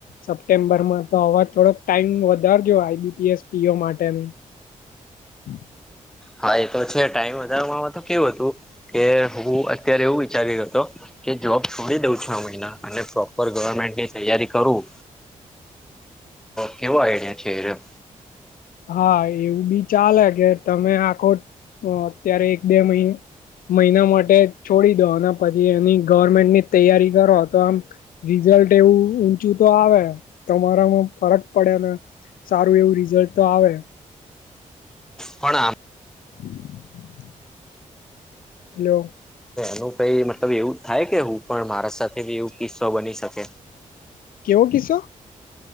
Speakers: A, on the left; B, in the centre.
A: સપ્ટેમ્બરમાં તો અવાજ થોડોક ટાઈમ વધારજો આઈબીપીએસ પીઓ માટેની <inaudible>
B: હા એ તો છે ટાઈમ વધારમાં તો કેવું હતું. કે હું અત્યારે એવું વિચાર્યો હતો કે જોબ છોડી દઉં છું આ મહિના અને ઉપર ગવર્મેન્ટની તૈયારી કરું કેવો આઈડિયા છે એ
A: હા એવું બી ચાલે કે તમે આખો અત્યારે એક બે મહિનો મહિના માટે છોડી દો અને પછી એની ગવર્મેન્ટની તૈયારી કરો તો આમ રિઝલ્ટ એવું ઊંચું તો આવે તમારામાં ફરક પડે ને સારું એવું રિઝલ્ટ તો આવે
B: પણ આમાં
A: <inaudible> <inaudible>
B: એનું કઈ મતલબ એવું થાય કે હું પણ મારા સાથે એવું કિસ્સો બની શકે
A: કેવો કિસ્સો?